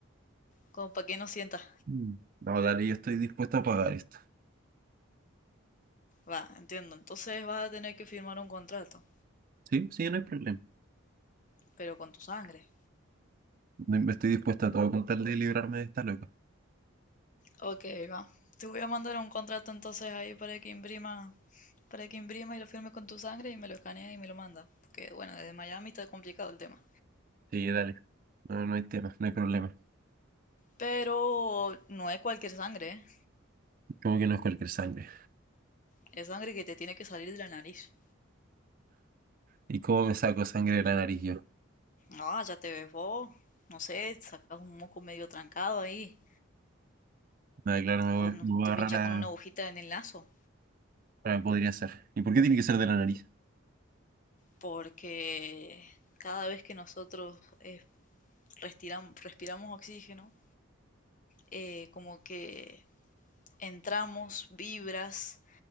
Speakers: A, on the left (about 35°); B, on the right (about 40°).
A: como para que no sientas.
B: Mm. no, dale, yo estoy dispuesto a pagar esto.
A: Va, entiendo. Entonces vas a tener que firmar un contrato,
B: Sí, sí, no hay problema.
A: pero con tu sangre.
B: No- me Estoy dispuesto a todo con tal de librarme de esta loca.
A: Ok, va. Te voy a mandar un contrato entonces ahí para que imprima, para que imprima y lo firme con tu sangre y me lo escanea y me lo manda. Porque bueno, desde Miami está complicado el tema.
B: Sí, dale. No, no hay tema, no hay problema.
A: Pero no es cualquier sangre, ¿eh?
B: Como que no es cualquier sangre.
A: Es sangre que te tiene que salir de la nariz.
B: ¿Y cómo me saco sangre de la nariz yo?
A: Ah, ya te ves vos. No sé, sacas un moco medio trancado ahí.
B: Ah, claro, me
A: o
B: voy,
A: nos,
B: me voy
A: te
B: a
A: pincha
B: agarrar a...
A: con una agujita en el naso
B: ah, podría ser. ¿Y por qué tiene que ser de la nariz?
A: porque cada vez que nosotros eh, restiram- respiramos oxígeno, eh, como que entramos vibras